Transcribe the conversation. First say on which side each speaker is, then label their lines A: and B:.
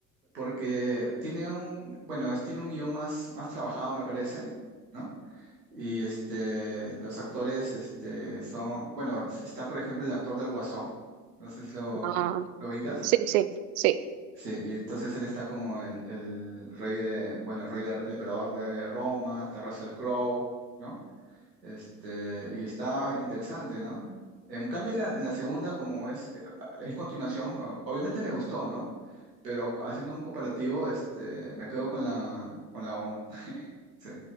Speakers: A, on the right (about 85°); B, on the right (about 60°).
A: porque tiene un, bueno, es, tiene un guión más, más trabajado, me parece, ¿no? Y este, los actores este, son, bueno, está por ejemplo el actor del Guasón. No sé si lo,
B: Ah,
A: lo ubicas.
B: sí, sí, sí,
A: Sí, y entonces él está como el, el rey de, bueno, el rey de- el emperador de Roma, está Russell Crowe. ¿no? Este, y está interesante, ¿no? En cambio, en la, en la segunda, como es, eh, es continuación, o- obviamente me gustó, ¿no? Pero co- haciendo un comparativo, este, me quedo con la, con la uno <laughs> Sí.